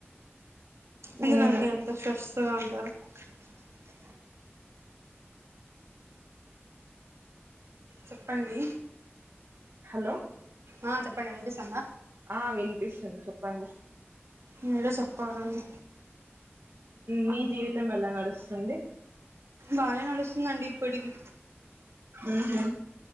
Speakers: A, on the right; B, on the right.
A: ఎందుకండి
B: ఉమ్
A: అంత స్ట్రెస్ <unintelligible> చెప్పండి
B: హలో
A: ఆ చెప్పండి వినిపిస్తుంద
B: ఆ వినిపిస్తుంది చెప్పండి
A: మీరే చెప్పాలండి
B: మీ జీవితం ఎలా నడుస్తుంది
A: బానే నడుస్తుందండి ఇప్పటికి
B: ఉహు